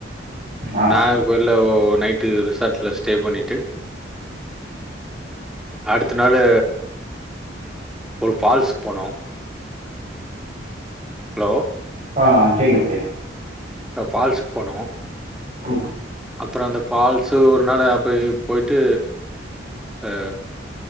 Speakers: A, on the right; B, in the centre.
A: ஆ.
B: நாகர் கோய்ல ஓ நைட்டு ரிசாட்லா ஸ்ட்டே பண்ணிட்டு அடுத்த நாலு ஒரு ஃபால்ஸ்க் போனோ ஹலோ
A: அ அ கேக்குது
B: ஃபால்ஸ் பண்ணுவோ
A: ம்
B: அப்றோ அந்த ஃபால்ஸ் ஒரு நாள் போய் போயிட்டு அ